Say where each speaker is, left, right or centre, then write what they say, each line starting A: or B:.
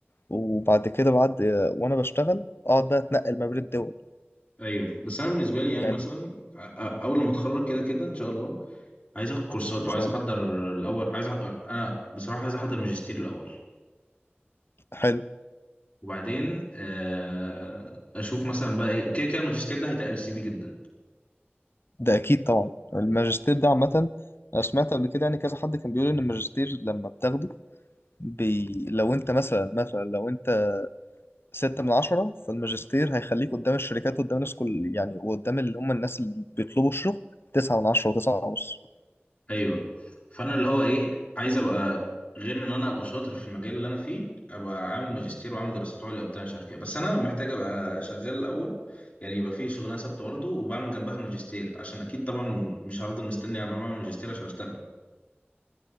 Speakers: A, on the left (about 70°); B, on the left (about 30°).
A: وبعد كده بعد وانا بشتغل اقعد بقى اتنقل ما بين الدول
B: ايوه بس انا بالنسبه لي يعني
A: يعني
B: مثلا
A: ان
B: أ- أ- اول لما اتخرج كده كده ان شاء الله عايز اخد كورسات وعايز
A: شاء
B: احضر
A: الله
B: الاول عايز أح... انا بصراحه عايز احضر ماجستير الاول
A: حلو
B: وبعدين آه، اشوف مثلا بقى ايه كده كده الماجستير ده هيتقل سي في جدا
A: ده اكيد طبعا الماجستير ده عامه انا سمعت قبل كده يعني كذا حد كان بيقول ان الماجستير لما بتاخده بي... لو انت مثلا مثلا لو انت ستة من عشرة فالماجستير هيخليك قدام الشركات قدام الناس كل يعني وقدام اللي هم الناس اللي بيطلبوا الشغل تسعة من عشرة وتسعة ونص
B: ايوه فانا اللي هو ايه عايز ابقى غير ان انا ابقى شاطر في المجال اللي انا فيه ابقى عامل ماجستير وعامل دراسات عليا وبتاع مش عارف ايه بس انا محتاج ابقى شغال الاول يعني يبقى في شغلانه ثابته برضه وبعمل جنبها الماجستير عشان اكيد طبعا مش هفضل مستني على ما اعمل ماجستير عشان اشتغل